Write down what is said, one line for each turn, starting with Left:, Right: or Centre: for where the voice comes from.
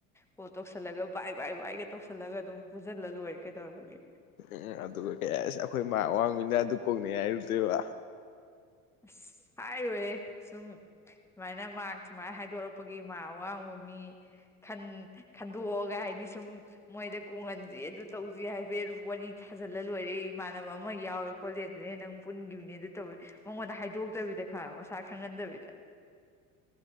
Centre: ꯀꯣꯜ ꯇꯧꯁꯜꯂꯒ ꯚꯏ ꯚꯏ ꯚꯏꯒ ꯇꯧꯁꯜꯂꯒ ꯑꯗꯨꯝ ꯄꯨꯟꯖꯜꯂ ꯂꯣꯏꯔꯦ ꯀꯩꯗꯧꯔꯒꯦ
Left: ꯎꯝ ꯑꯗꯨꯒ ꯀꯩ ꯍꯥꯏ ꯑꯁ ꯑꯩꯈꯣꯏ ꯃꯥꯛ ꯑꯋꯥꯡꯕꯤꯅ ꯑꯗꯨ ꯀꯣꯡꯅꯩ ꯍꯥꯏꯔꯨꯗꯣꯏꯕ
Centre: ꯑꯁ ꯍꯥꯏꯔꯣꯏꯍꯦ ꯁꯨꯝ ꯁꯨꯃꯥꯏꯅ ꯃꯥ ꯁꯨꯃꯥꯏꯅ ꯍꯥꯏꯗꯣꯔꯛꯄꯒꯤ ꯃꯥ ꯑꯋꯥꯡꯕ ꯃꯤ ꯟ ꯈꯟꯗꯣꯛꯑꯒ ꯍꯥꯏꯗꯤ ꯁꯨꯝ ꯃꯣꯏꯗ ꯀꯣꯡꯒꯟꯁꯦ ꯑꯗꯨ ꯇꯧꯁꯦ ꯍꯥꯏꯕꯦ ꯋꯥꯔꯤ ꯊꯥꯖꯜꯂ ꯂꯣꯏꯔꯦ ꯏꯃꯥꯟꯅꯕ ꯑꯃ ꯌꯥꯎꯋꯦ ꯈꯣꯠꯂꯦꯗꯦ ꯅꯪ ꯄꯨꯟꯈꯤꯕꯅꯦ ꯑꯗꯨ ꯇꯧꯋꯦ ꯃꯉꯣꯟꯗ ꯍꯥꯏꯗꯣꯛꯇꯕꯤꯗ ꯈꯔ ꯃꯁꯥ ꯈꯪꯍꯟꯗꯕꯤꯗ